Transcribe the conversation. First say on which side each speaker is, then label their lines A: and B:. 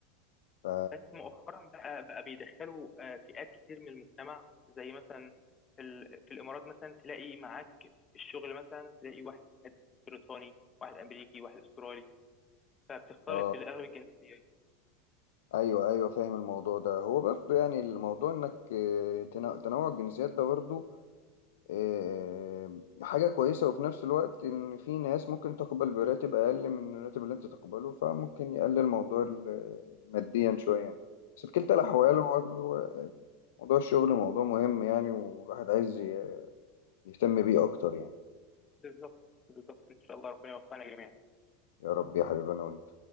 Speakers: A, on the left; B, on the left.
A: ف...
B: بس مؤخرا بقى بقى بيدخلوا آه، فئات كتير من المجتمع زي مثلا في ال- في الامارات مثلا تلاقي معاك في الشغل مثلا تلاقي واحد بريطاني واحد امريكي واحد استرالي فبتختلط
A: آه،
B: بالاغلب الجنسيات
A: ايوه ايوه فاهم الموضوع ده هو برضه يعني الموضوع انك آه، تنا- تنوع الجنسيات ده برضه آه، حاجه كويسه وفي نفس الوقت ان في ناس ممكن تقبل براتب اقل من الراتب اللي انت تقبله فممكن يقلل موضوع ال- ماديا شويه يعني بس في كلتا الاحوال
B: بالظبط
A: هو ال- موضوع الشغل موضوع مهم يعني والواحد عايز ي- يهتم بيه اكتر يعني
B: بالظبط بالظبط ان شاء الله ربنا يوفقنا جميعا
A: يا رب يا حبيبي انا وانت